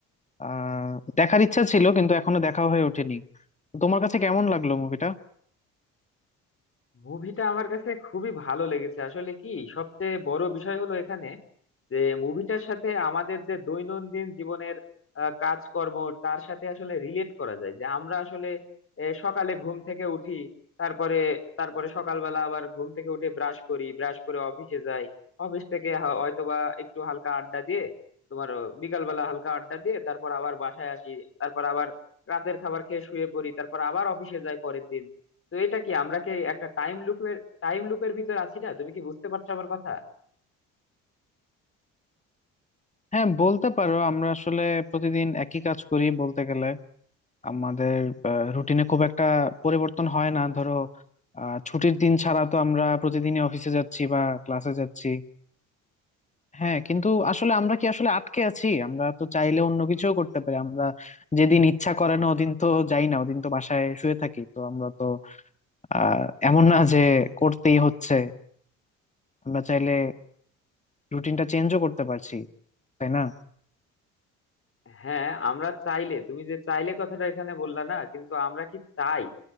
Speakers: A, on the left; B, on the left.
A: আহ দেখার ইচ্ছা ছিল কিন্তু এখনো দেখা হয়ে ওঠেনি তো তোমার কাছে কেমন লাগলো মুভিটা
B: মুভিটা আমার কাছে খুবই ভালো লেগেছে আসলে কি সবচেয়ে বড় বিষয় হলো এখানে যে মুভিটার সাথে আমাদের যে দৈনন্দিন জীবনের আহ, কাজকর্ম তার সাথে আসলে রিলেট করা যায় যে আমরা আসলে আহ, সকালে ঘুম থেকে উঠি তারপরে তারপরে সকালবেলা আবার ঘুম থেকে উঠে ব্রাশ করি ব্রাশ করে অফিসে যাই অফিস থেকে হ- হয়তোবা একটু হালকা আড্ডা দিয়ে তোমার আহ, বিকালবেলা হালকা আড্ডা দিয়ে তারপর আবার বাসায় আসি তারপর আবার রাতের খাবার খেয়ে শুয়ে পড়ি তারপর আবার অফিসে যাই পরের দিন তো এটা কি আমরা কি একটা টাইম লুপের টাইম লুপের ভিতর আছি না তুমি কি বুঝতে পারছো আমার কথা
A: হ্যাঁ বলতে পারো আমরা আসলে প্রতিদিন একই কাজ করি বলতে গেলে আমাদের রুটিনে খুব একটা পরিবর্তন হয় না ধরো আহ ছুটির দিন ছাড়া তো আমরা প্রতিদিনই অফিসে যাচ্ছি বা ক্লাসে যাচ্ছি হ্যাঁ কিন্তু আসলে আমরা কি আসলে আটকে আছি আমরা তো চাইলে অন্য কিছুও করতে পারি আমরা যেদিন ইচ্ছা করে না ওদিন তো যাই না ওদিন তো বাসায় শুয়ে থাকি তো আমরা তো আহ এমন না যে করতেই হচ্ছে আমরা চাইলে রুটিনটা চেঞ্জও করতে পারছি তাই না
B: হ্যাঁ আমরা চাইলে তুমি যে চাইলে কথাটা এখানে বললা না কিন্তু আমরা কি চাই